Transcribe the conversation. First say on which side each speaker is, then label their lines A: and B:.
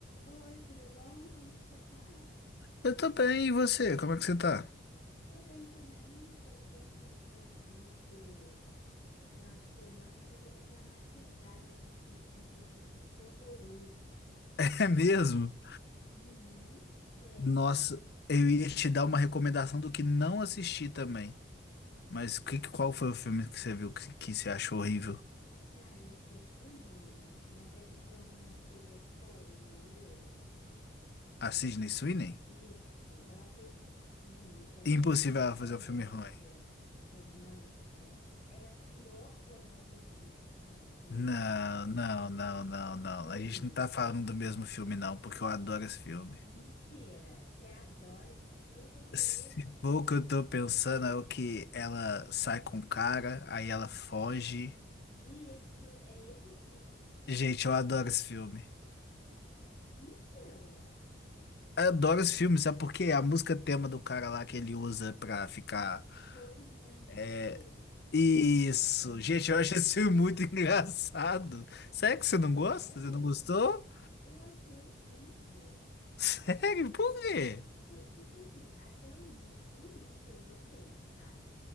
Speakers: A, on the left; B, on the left.
A: Oi, tudo bom? Como que você tá?
B: Eu tô bem, e você? Como é que você tá?
A: Tô bem também. Tava pensando em ver um filme esse final de semana, mas eu tô meio traumatizada com o último filme que eu assisti, que foi horroroso.
B: <laughs> É mesmo?
A: Uhum, péssimo.
B: Nossa, eu ia te dar uma recomendação do que não assisti também. Mas que, que- qual foi o filme que você viu que, que você achou horrível?
A: Cara, eu esqueci o nome, mas é com aquela menina que fez Eufória, uma loira.
B: A Sydney Sweeney?
A: Isso, ela fez um filme que era
B: Impossível
A: pra ser uma
B: ela
A: comédia
B: fazer um filme ruim.
A: romântica. É a pior comédia romântica que eu já assisti na
B: Não,
A: minha vida.
B: não, não, não, não.
A: Juro.
B: A gente não tá falando do mesmo filme, não, porque eu adoro esse filme.
A: Mentira, você adora esse filme é horroroso.
B: Se for o que eu tô pensando, é o que ela sai com o cara, aí ela foge.
A: Isso, é esse filme.
B: Gente, eu adoro esse filme.
A: Mentira.
B: Adoro esse filme, sabe por quê? A música tema do cara lá que ele usa pra ficar.
A: É Todos Menos Você.
B: É... Isso!
A: Lembrei.
B: Gente, eu acho esse filme muito <laughs> engraçado. Sério que você não gosta?
A: Sério?
B: Você não gostou?
A: Eu achei horrível.
B: Sério? Por quê?
A: Por- porque assim, até o, ini- o início eu gostei, tá?